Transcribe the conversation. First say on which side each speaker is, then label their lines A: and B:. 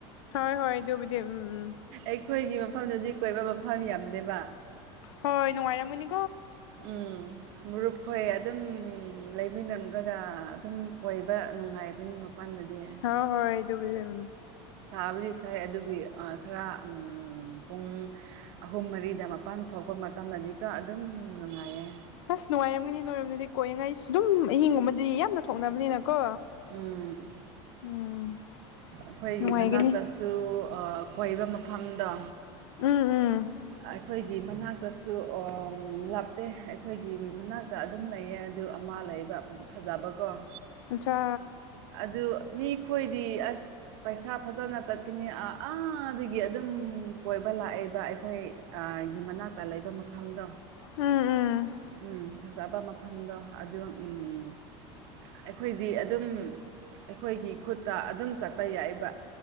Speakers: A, on the left; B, on the right.
A: ꯍꯣꯏ ꯍꯣꯏ ꯗꯨꯕꯨꯗꯤ ꯎꯝ ꯎꯝ
B: ꯑꯩꯈꯣꯏꯒꯤ ꯃꯐꯝꯗꯗꯤ ꯀꯣꯏꯕ ꯃꯐꯝ ꯌꯥꯝꯗꯦꯕ
A: ꯍꯣꯏ ꯅꯨꯡꯉꯥꯏꯔꯝꯃꯅꯤ
B: ꯎꯝ ꯃꯔꯨꯞꯈꯣꯏ ꯑꯗꯨꯝ ꯂꯩꯃꯤꯟꯅꯝꯂꯒ ꯑꯗꯨꯝ ꯀꯣꯏꯕ ꯅꯨꯡꯉꯥꯏꯕꯅꯤ ꯃꯄꯥꯟꯗꯗꯤ
A: ꯍ ꯍꯣꯏ ꯑꯗꯨꯕꯨꯗꯤ ꯎꯝ
B: ꯁꯥꯕꯨꯗꯤ ꯁꯥꯏ ꯑꯗꯨꯒꯤ ꯈꯔ ꯎꯝ ꯄꯨꯡ ꯑꯍꯨꯝ ꯃꯔꯤꯗ ꯃꯄꯥꯟ ꯊꯣꯛꯄ ꯃꯇꯝꯗꯗꯤꯀꯣ ꯑꯗꯨꯝ ꯅꯨꯡꯉꯥꯏꯌꯦ
A: ꯑꯁ ꯅꯨꯡꯉꯥꯏꯔꯝꯒꯅꯤ ꯅꯣꯏꯔꯣꯝꯗꯗꯤ ꯀꯣꯏꯉꯥꯏꯁꯨ ꯑꯗꯨꯝ ꯑꯍꯤꯡ ꯑꯃꯗꯤ ꯌꯥꯝꯅ ꯊꯣꯛꯅꯕꯅꯤꯅ ꯀꯣ
B: ꯎꯝ
A: ꯎꯝ
B: ꯑꯈꯣꯏꯒꯤ
A: ꯅꯨꯡꯉꯥꯏꯒꯅꯤ
B: ꯃꯅꯥꯛꯇꯁꯨ ꯀꯣꯏꯕ ꯃꯐꯝꯗꯣ
A: ꯎꯝ ꯎꯝ
B: ꯑꯩꯈꯣꯏꯒꯤ ꯃꯅꯥꯛꯇꯁꯨ ꯂꯥꯞꯇꯦ ꯑꯩꯈꯣꯏꯒꯤ ꯃꯅꯥꯛꯇ ꯑꯗꯨꯝ ꯂꯩꯌꯦ ꯑꯗꯨ ꯑꯃ ꯂꯩꯕ ꯐꯖꯕꯒꯨꯝ
A: ꯑꯆꯥ
B: ꯑꯗꯨ ꯃꯤꯈꯣꯏꯗꯤ ꯑꯁ ꯄꯩꯁꯥ ꯐꯖꯅ ꯆꯠꯀꯅꯤ ꯑꯥ ꯑꯥꯗꯒꯤ ꯑꯗꯨꯝ ꯀꯣꯏꯕ ꯂꯥꯛꯑꯦꯕ ꯑꯩꯈꯣꯏ <unintelligible> ꯃꯅꯥꯛꯇ ꯂꯩꯕ ꯃꯐꯝꯗꯣ
A: ꯎꯝ ꯎꯝ
B: ꯎꯝ ꯐꯖꯕ ꯃꯐꯝꯗꯣ ꯑꯗꯨ ꯎꯝ ꯑꯩꯈꯣꯏꯗꯤ ꯑꯗꯨꯝ ꯑꯩꯈꯣꯏꯒꯤ ꯈꯨꯠꯇ ꯑꯗꯨꯝ ꯆꯠꯄ ꯌꯥꯏꯕ